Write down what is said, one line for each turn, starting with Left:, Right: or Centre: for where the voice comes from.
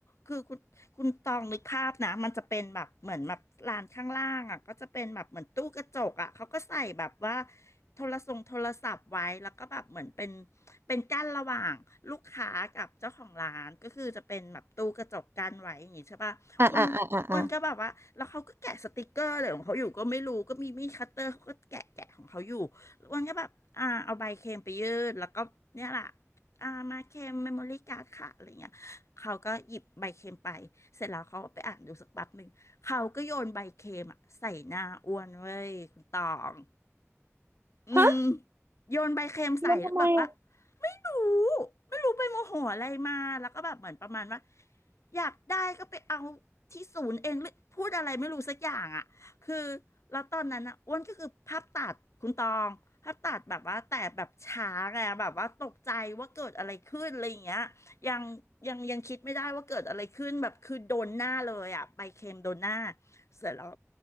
Left: คือคุณคุณตองนึกภาพนะมันจะเป็นแบบเหมือนแบบลานข้างล่างอ่ะก็จะเป็นแบบเหมือนตู้กระจกอ่ะเขาก็ใส่แบบว่าโทรศัพท์โทรศัพท์ไว้แล้วก็แบบเหมือนเป็นเป็นกั้นระหว่างลูกค้ากับเจ้าของร้าน ก็คือจะเป็นแบบตู้กระจกกั้นไว้อย่างงี้ใช่ป่ะอ้วนอ้วนก็แบบว่าแล้วเขาก็แกะสติกเกอร์อะไรของเขาอยู่ก็ไม่รู้ก็มีมีดคัตเตอร์เขาก็แกะแกะของเขาอยู่
Right: อ่ะอ่ะอ่ะอ่ะอ่ะ
Left: อ้วนก็แบบอ่าเอาใบเค็มไปยื่นแล้วก็เนี่ยแหละอ่ามาเค็มเมมโมรี่การ์ดค่ะอะไรเงี้ยเขาก็หยิบใบเค็มไป เสร็จแล้วเขาก็ไปอ่านดูสักแป๊บหนึ่ง เขาก็โยนใบเค็มอะใส่หน้าอ้วนเว้ยคุณตอง อืม
Right: ฮะ
Left: โยนใบเค็มใส่แล้วก็แบบว่า
Right: โยนทำไมอะ
Left: ไม่รู้ไม่รู้ไปโมโหอะไรมาแล้วก็แบบเหมือนประมาณว่าอยากได้ก็ไปเอาที่ศูนย์เองหรือพูดอะไรไม่รู้สักอย่างอ่ะคือแล้วตอนนั้นอ่ะอ้วนก็คือภาพตัดคุณตองภาพตัดแบบว่าแต่แบบช้าไงแบบว่าตกใจว่าเกิดอะไรขึ้นอะไรอย่างเงี้ยยังยังยังคิดไม่ได้ว่าเกิดอะไรขึ้นแบบคือโดนหน้าเลยอ่ะใบเค็มโดนหน้าเสร็จแล้ว